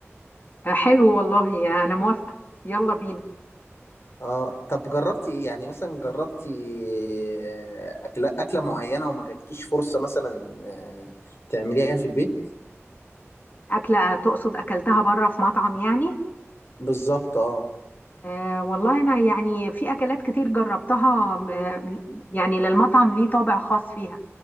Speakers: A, on the left; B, on the left.
A: آه، حلو والله آه، انا موافقة يلا بينا
B: اه طب جربتي ايه يعني مثلا جربتي آه، أكلة أكلة معينة وما جالكيش فرصة مثلا آه، تعمليها في البيت
A: أكلة تقصد أكلتها بره في مطعم يعني
B: بالظبط اه
A: آه والله أنا يعني في أكلات كتير جربتها آه يعني للمطعم ليه طابع خاص فيها